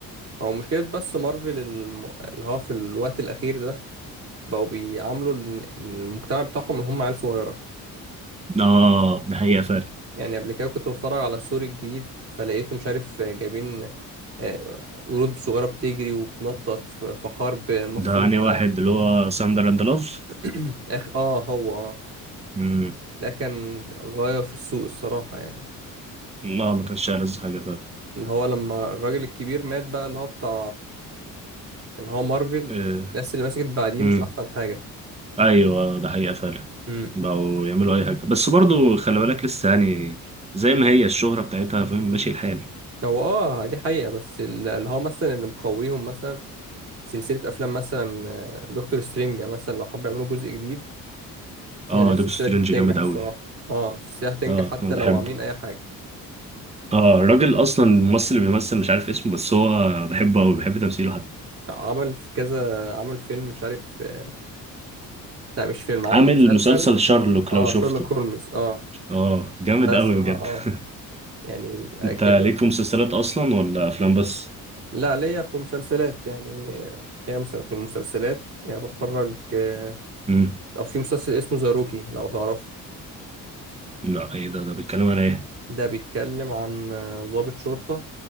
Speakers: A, on the right (about 40°); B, on the right (about 20°).
A: هو مشكله بس مارفل الم... اللي هو في الوقت الاخير ده بقوا بيعاملوا الن- المجتمع بتاعهم ان هم عيال صغيره
B: اه ده حقيقة فعلا
A: يعني قبل كده كنت بتفرج على السور الجديد فلقيته مش عارف جايبين آه، قرود صغيرة بتجري وبتنطط ف- في حرب المفروض
B: ده أنهي
A: بقى
B: واحد اللي هو ساندر أند لوف
A: <clears throat> آخ اه هو اه
B: امم
A: ده كان غاية في السوق الصراحة يعني
B: ما ما كانش ألذ حاجة فعلا
A: اللي هو لما الراجل الكبير مات بقى اللي هو بتاع ان هو مارفل
B: آه،
A: الناس اللي مسكت بعديه
B: امم
A: مش احسن حاجة
B: ايوه ده حقيقة فعلا
A: امم
B: بقوا يعملوا اي حاجة بس برضو خلي بالك لسه يعني زي ما هي الشهرة بتاعتها فاهم ماشي الحال
A: هو اه دي حقيقة بس ال- اللي هو مثلا اللي مقويهم مثلا سلسلة افلام مثلا آه، دكتور سترينج مثلا لو حب يعملوا جزء جديد
B: اه
A: يعني السلسلة
B: دكتور سترينج
A: دي بتنجح
B: جامد
A: الصراحة
B: قوي
A: اه السلسلة هتنجح
B: اه
A: حتى
B: انا
A: لو
B: بحبه
A: عاملين أي حاجة
B: اه الراجل اصلا الممثل اللي بيمثل مش عارف اسمه بس هو بحبه قوي بحب تمثيله حتى
A: عمل في كذا عمل فيلم مش عارف آه، لا مش فيلم عمل
B: عامل
A: مسلسل
B: مسلسل شارلوك
A: اه
B: لو شفته
A: شيرلوك هولمز اه
B: اه جامد
A: ده
B: قوي
A: الصراحة
B: بجد
A: اه
B: <laughs>
A: يعني بيبقى
B: انت
A: كده
B: ليك في مسلسلات اصلا ولا افلام بس
A: لا ليا في مسلسلات يعني آه، ليا مسل- في المسلسلات يعني بتفرج آه،
B: امم
A: أو في مسلسل اسمه ذا روكي لو تعرفه
B: لا ايه ده ده بيتكلم عن ايه
A: ده بيتكلم عن آه، ضابط شرطة